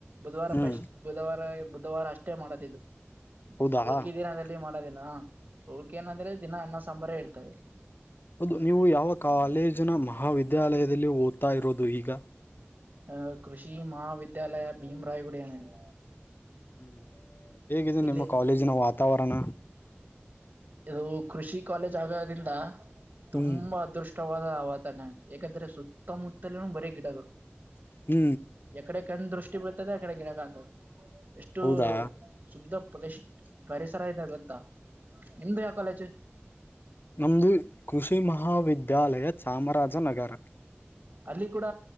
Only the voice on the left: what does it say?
ಹ್ಮ್
ಹೌದಾ
ಹೌದು
ಹೌದು ನೀವು ಯಾವ ಕಾಲೇಜಿನ ಮಹಾವಿದ್ಯಾಲಯದಲ್ಲಿ ಓದ್ತಾ ಇರೋದು ಈಗ
ಹ್ಞ ಹೇಗಿದೆ
ನಿಮ್ಮ ಕಾಲೇಜಿನ ವಾತಾವರಣ
ಹ್ಮ್
ಹ್ಮ್
ಹೌದಾ
ನಮ್ಮದು ಕೃಷಿ ಮಹಾವಿದ್ಯಾಲಯ ಚಾಮರಾಜನಗರ